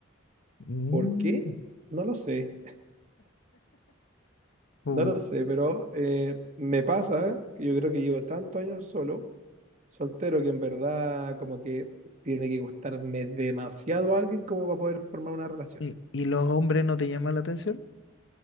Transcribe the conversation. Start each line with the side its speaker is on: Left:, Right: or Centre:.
Left: Mm.
Right: ¿Por qué? No lo sé.
Left: Pu-
Right: No lo sé, pero eh, me pasa que yo creo que llevo tantos años solo, soltero, que en verdad como que tiene que gustarme demasiado a alguien como para poder formar una relación.
Left: ¿Y, y los hombres no te llaman la atención?